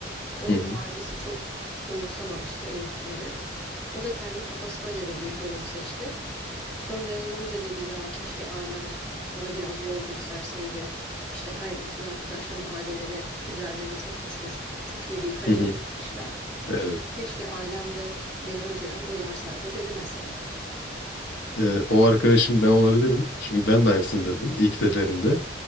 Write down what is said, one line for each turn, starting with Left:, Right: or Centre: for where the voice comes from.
Centre: Onun
Left: Hı hı.
Centre: ailesi çok umursamamıştı eğitimini. O da kendi kafasına göre bir bölüm seçti. Sonra mezun olunca dedi ya keşke ailem bana biraz yol gösterseydi. İşte her bütün arkadaşlarımın aileleri üzerlerine çok düşmüş. Çok iyi bir kariyer
Left: Hı hı.
Centre: çizmişler.
Left: Evet.
Centre: Keşke ailem de beni önceden uyarsaydı dedi mesela.
Left: Ee, o arkadaşım ben olabilirim. Çünkü ben de aynısını dedim ilk seferinde.